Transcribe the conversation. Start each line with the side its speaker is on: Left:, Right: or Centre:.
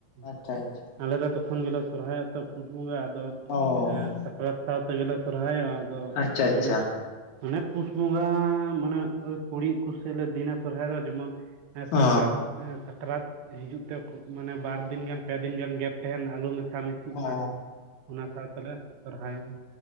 Left: ᱟᱪᱪᱷᱟ
Right: ᱾
Left: ᱟᱪᱪᱷᱟ
Right: ᱟᱞᱮ ᱫᱚ ᱛᱚᱠᱷᱚᱱ ᱜᱮᱞᱮ ᱥᱚᱨᱦᱟᱭᱚᱜᱼᱟ ᱛᱚ ᱯᱩᱥ ᱵᱚᱸᱜᱟ ᱟᱫᱚ
Left: ᱚ
Right: ᱥᱟᱠᱨᱟᱛ ᱥᱟᱶᱛᱮᱜᱮᱞᱮ ᱥᱚᱨᱦᱟᱭᱚᱜ-ᱟ᱾ ᱟᱫᱚ
Left: ᱟᱪᱪᱷᱟ ᱟᱪᱪᱷᱟ
Right: ᱚᱱᱮ ᱟᱱᱮ ᱯᱩᱥ ᱵᱚᱸᱜᱟ ᱢᱟᱱᱮ ᱠᱩᱲᱤ ᱠᱩ ᱥᱮᱫ ᱞᱮ ᱫᱤᱱᱟ ᱥᱚᱨᱦᱟᱭ ᱫᱚ ᱡᱮᱢᱚᱱ
Left: ᱚ
Right: ᱥᱟᱠᱨᱟᱛ ᱥᱟᱠᱨᱟᱛ ᱦᱤᱡᱩᱜ ᱛᱮ ᱢᱟᱱᱮ ᱵᱟᱨ ᱫᱤᱱ ᱜᱟᱱ, ᱯᱮ ᱫᱤᱱ ᱜᱟᱱ ᱜᱮᱯ ᱛᱟᱦᱮᱱ ᱟᱞᱩ ᱢᱮᱥᱟ ᱢᱤᱥᱤᱜ
Left: ᱚ
Right: ᱢᱟ ᱚᱱᱟ ᱥᱟᱶ ᱛᱮᱞᱮ ᱥᱚᱨᱦᱟᱭᱚᱜᱼᱟ᱾